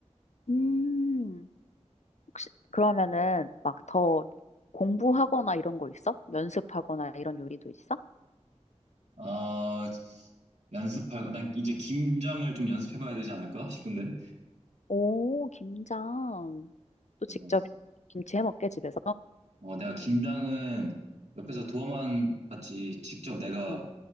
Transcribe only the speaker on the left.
음. 혹시 그러면은 막 더 공부하거나 이런 거 있어? 연습하거나 이런 요리도 있어?
오, 김장. 또
직접 김치 해 먹게, 집에서?
응,
응,